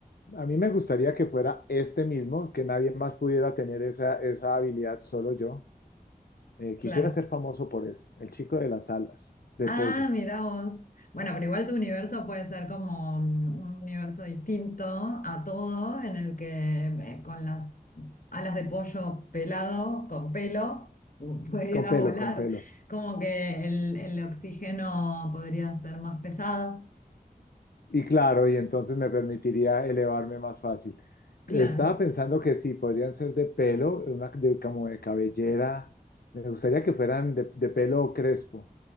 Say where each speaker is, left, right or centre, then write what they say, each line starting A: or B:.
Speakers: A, on the left (about 85°); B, on the left (about 60°).
A: a mí me gustaría que fuera este mismo, que nadie más pudiera tener esa, esa habilidad, solo yo. Eh, quisiera
B: claro.
A: ser famoso por eso, el chico de las alas, de
B: Ah,
A: pollo,
B: mira vos. Bueno, pero igual tu universo puede ser como mm, un universo distinto a todo, en el que eh, con las alas de pollo pelado, con pelo, pu- <laughs> pudieras
A: con pelo,
B: volar.
A: con pelo.
B: Como que el, el oxígeno podría ser más pesado.
A: Y claro, y entonces me permitiría elevarme más fácil.
B: Claro.
A: Estaba pensando que sí, podrían ser de pelo, una, de- como de cabellera. Me gustaría que fueran de, de pelo crespo,